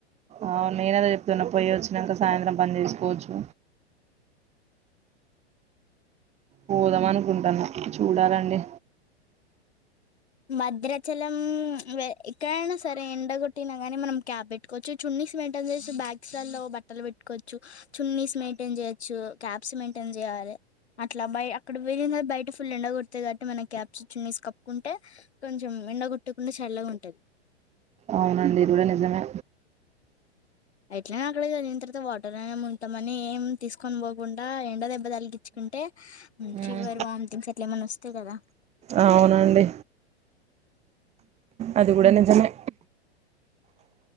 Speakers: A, on the right (about 20°); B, on the left (about 75°).
A: అవు నేనదే చెప్తున్నా పోయి వచ్చినాక సాయంత్రం పని చేసుకోవచ్చు పోదాం అనుకుంటాన చూడాలండి
B: మద్రాచలం వే ఇక్కడైనా సరే ఎండగొట్టిన గాని మనం క్యాబ్ పెట్టుకోవచ్చు చున్నీస్ పెన్టాల్ తెల్సు బ్యాక్స్ లలో బట్టలు పెట్టుకోచ్చు చున్నీస్ మెయింటైన్ చేయొచ్చు క్యాప్స్ మెయింటైన్ చేయాలే అట్లా బయ్ అక్కడ వెళ్ళిన బయట ఫుల్ ఎండ కొ డ్త ది కాబట్టి మనమ్ క్యాప్స్ చున్నీస్ కప్పుకుం టే కొంచెం ఎండ కొట్టకుండా చల్లగా ఉంటది
A: అవునండి ఇది కూడా నిజమే
B: ఎట్లనే అక్కడ చదివిన తర్వాత వాటర్నే ఉంటామని ఏం తీసుకొని పోకుండా ఎండ దెబ్బ తలిగిచ్చుకుంటే
A: ఉమ్,
B: ఫీవర్ వామిటింగ్స్ అట్ల ఏమన్నా వస్తాయి కదా
A: అవునండి అది కూడా నిజమే